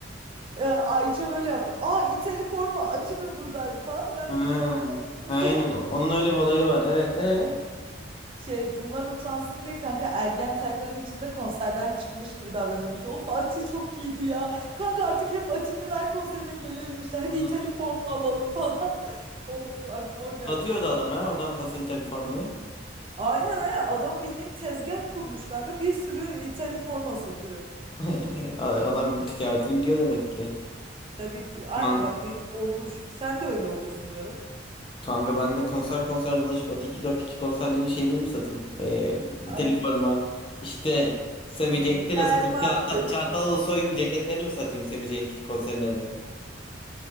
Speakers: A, on the right; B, on the left.
A: Ee, Ayça böyle yaptı. Aa İtali forma Atimi buradaydı falan. Ben
B: He.
A: de bunlar utansın
B: Aynen.
A: diye
B: o- Onun öyle bir olayı var. Evet. E.
A: şey bunlar utansın diye kanka ergen tayfanın içinde konserden çıkmış gibi davranıyormuş. İşte, Of Ati çok iyiydi ya. Kanka artık hep Ati'nin her konserine gelelim işte. Hadi
B: Hı.
A: İtali forma alalım falan. <laughs> Of aklıma o geldi
B: Satıyordu
A: bir an.
B: adam ha. Oradan pası İtalya formayı.
A: Aynen aynen adam bildiğin tezgah kurmuş kanka. Bir sürü İtali forma satıyor.
B: <laughs> Adam ticaretini biliyor demek ki.
A: Tabii ki aynı
B: Man.
A: bak benim oluş. Sen de öyle olursun Berat.
B: Kanka ben de konser konser dolaşıp Atı 242 konserlerinin şeylerini mi satayım? Ee,
A: Aynen.
B: telif forma. İşte Semi
A: Normal.
B: Cenk'te
A: Real
B: ne satayım?
A: Madrid.
B: Çağata, Çağatay Ulusoy'un ceketlerini mi satayım Semi Cenk konserine de?